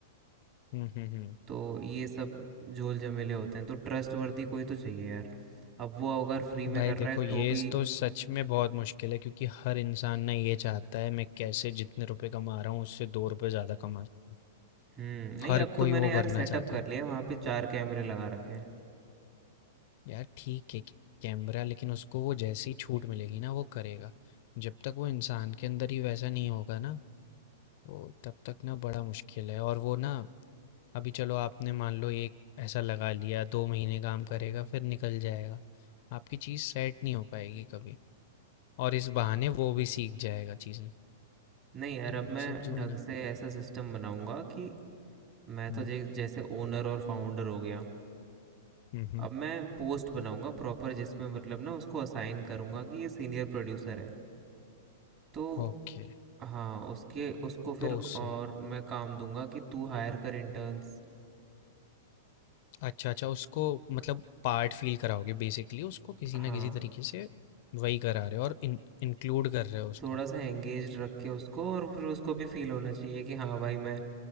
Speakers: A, on the left; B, on the right.
A: Hmm hmm हम्म
B: तो ये सब झोल झमेले होते हैं तो ट्रस्ट वर्दी कोई तो चाहिए यार अब वो अगर फ्री में
A: भाई
B: कर रहा
A: देखो
B: है
A: ये
B: तो भी
A: स- तो सच में बहुत मुश्किल है क्योंकि हर इंसान ना ये चाहता है मैं कैसे जितने रुपए कमा रहा हूँ उससे दो रुपए ज्यादा कमा सकूं
B: हुँ, नहीं
A: हर
B: अब तो
A: कोई
B: मैंने
A: वो
B: यार
A: करना
B: सेटअप
A: चाहता
B: कर
A: है
B: लिया है, वहाँ पे 4 कैमरे लगा रखे हैं।
A: यार ठीक है कैमरा लेकिन उसको वो जैसी छूट मिलेगी ना वो करेगा जब तक वो इंसान के अंदर ही वैसा नहीं होगा ना वो तब तक ना बड़ा मुश्किल है और वो ना अभी चलो आपने मान लो एक ऐसा लगा लिया दो महीने काम करेगा फिर निकल जाएगा आपकी चीज़ सेट नहीं हो पाएगी कभी और इस बहाने वो भी सीख जाएगा चीज़ें
B: नहीं यार
A: तो
B: अब
A: वो
B: मैं
A: सब जो
B: ढंग
A: है ना
B: से ऐसा सिस्टम बनाऊँगा कि मैं
A: हम्म
B: तो जे जैसे ओनर और फाउंडर हो गया।
A: हम्म
B: अब मैं पोस्ट बनाऊँगा प्रॉपर जिसमें मतलब ना उसको असाइन करूँगा कि ये सीनियर प्रोड्यूसर है। तो
A: ओके
B: हाँ, उसके उसको फिर
A: तो उससे
B: और मैं काम दूँगा कि तू हायर कर इंटर्न्स।
A: अच्छा अच्छा उसको मतलब पार्ट फील कराओगे बेसिकली उसको किसी
B: हाँ,
A: ना किसी तरीके से वही करा रहे हो और इन, इंक्लूड कर रहे हो उसको
B: थोड़ा-सा एंगेज्ड रख के उसको और फिर उसको भी फ़ील होना चाहिए कि हाँ भाई मैं